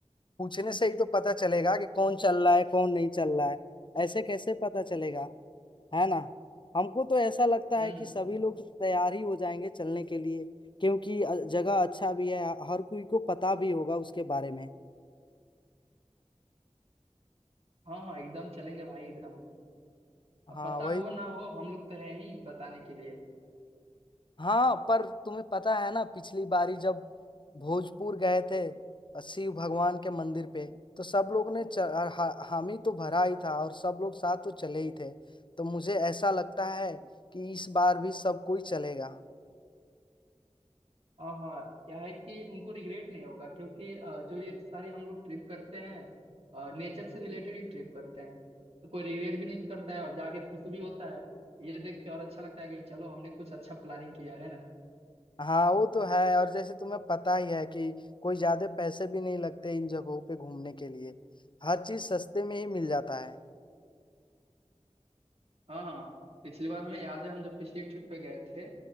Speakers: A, on the left (about 45°); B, on the right (about 60°).
A: पूछने से ही तो पता चलेगा कि कौन चल रहा है कौन नहीं चल रहा है ऐसे कैसे पता चलेगा है ना हमको तो ऐसा लगता
B: हम्म
A: है कि
B: हम्म,
A: सभी लोग तैयार ही हो जाएंगे चलने के लिए क्योंकि अ- जगह अच्छा भी है हर कोई को पता भी होगा उसके बारे में
B: हाँ हाँ एकदम चलेंगे भाई एकदम अब
A: हाँ
B: पता
A: वही
B: हो ना हो हम लोग तो हैं ही बताने के लिए
A: हाँ पर तुम्हें पता है ना पिछली बारी जब भोजपुर गए थे अ, शिव भगवान के मंदिर पे तो सब लोग ने च, हा, हामी तो भरा ही था और सब लोग साथ तो चले ही थे तो मुझे ऐसा लगता है कि इस बार भी सब कोई चलेगा
B: हाँ हाँ क्या है कि उनको रिग्रेट नहीं होगा क्योंकि अ, जो ये सारी हम लोग ट्रिप करते हैं नेचर से रिलेटेड ही ट्रिप करते हैं तो कोई रिग्रेट भी नहीं करता है और जाके खुश भी होता है ये देख के और अच्छा लगता है कि चलो हमने कुछ अच्छा प्लानिंग किया है ना
A: हाँ वो तो है और जैसे तुम्हें पता ही है कि कोई ज्यादा पैसे भी नहीं लगते इन जगहों पे घूमने के लिए हर चीज सस्ते में ही मिल जाता है
B: हाँ हाँ पिछली बार हमें याद है हम जब पिछली ट्रिप पे गए थे